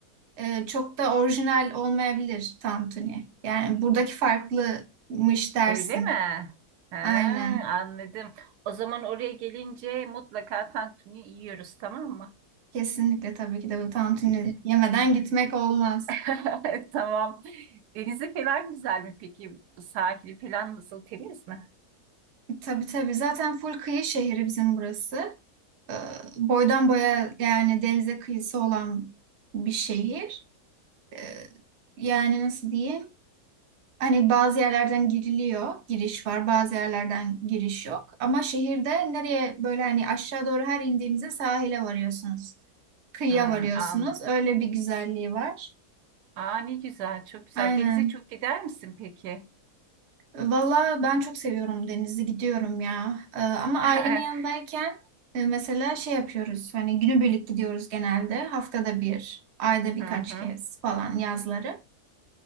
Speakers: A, on the right; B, on the right.
A: e, çok da orijinal olmayabilir tantuni. Yani buradaki farklımış dersin.
B: Öyle mi? Ha,
A: Aynen.
B: anladım. O zaman oraya gelince mutlaka tantuni yiyoruz tamam mı?
A: Kesinlikle tabii ki de bu tantuni yemeden gitmek olmaz.
B: <laughs> Tamam. Denizi falan güzel mi peki? Sahili falan nasıl temiz mi?
A: Tabii tabii zaten full kıyı şehri bizim burası. Ee, boydan boya yani denize kıyısı olan bir şehir. Ee, yani nasıl diyeyim? Hani bazı yerlerden giriliyor, giriş var, bazı yerlerden giriş yok. Ama şehirde nereye böyle hani aşağı doğru her indiğinizde sahile varıyorsunuz. Kıyıya
B: Hmm,
A: varıyorsunuz.
B: anladım.
A: Öyle bir güzelliği var.
B: Aa ne güzel çok güzel.
A: Aynen.
B: Denize çok gider misin peki?
A: Valla ben çok seviyorum denizi gidiyorum ya. Ee, ama ailemin
B: <laughs>
A: yanındayken e, mesela şey yapıyoruz. Hani günübirlik gidiyoruz genelde. Haftada bir, ayda birkaç
B: Hı hı.
A: kez falan yazları.